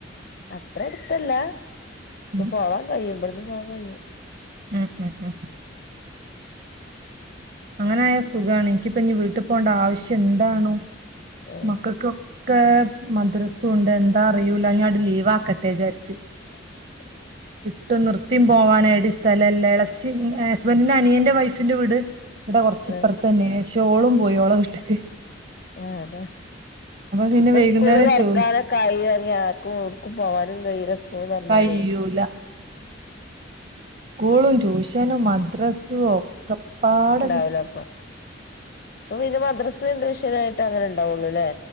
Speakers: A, on the left (about 55°); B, on the right (about 45°).
A: അത്ര അടുത്തല്ല ച്ച്
B: ഉം
A: പോവാൻ കയ്യോ ബ്ടിന്ന് ആ കയ്യും
B: ഉം ഉം ഉം അങ്ങനായ സുഖാ ണ് എനിക്കിപ്പോ ഇനി വീട്ടിൽ പോകേണ്ട ആവശ്യം എന്താണോ
A: ആഹ്
B: മക്കക്കൊക്കെ മദ്രസൂണ്ട് എ ന്താ അറിയൂല്ല ഇനി അങ്ങിട് ലീവാ ക്കട്ടെ വിചാരിച്ച്
A: <inaudible>
B: ട്ട് നിർത്തീം പോവാൻ ഏടീം സ്ഥലല്ല എ ളേച്ചി ഹസ്ബൻറിന്റെ അനിയന്റെ വൈഫിന്റെ വീട് ഇവ് ടെ കൊ റച്ച് ഇപ്പർ
A: ആഹ്
B: ത്തന്നേ ഓളും പോയി ഓളെ വീട്ടിക്ക്
A: ആ താ
B: പിന്നെ
A: ഇപ്പ
B: വൈകുന്നേരം
A: സ്കൂള് തൊറക്കാനൊക്കെ
B: ചോയിച്ച്
A: ആയി അറി യാ ആർക്കും എവിട്ക്കും പോകാനും കയ്യൂല സ്ക്കൂള് തൊറന്നാലെ
B: കയ്യൂല സ്ക്കൂളും ട്യൂഷനും മ ദ്രസും ഒക്കെ പാടെ
A: <unintelligible> ഇപ്പൊ പിന്നെ മദ്രസ് <unintelligible> അങ്ങനെ ഉണ്ടാവുള്ളു ല്ലേ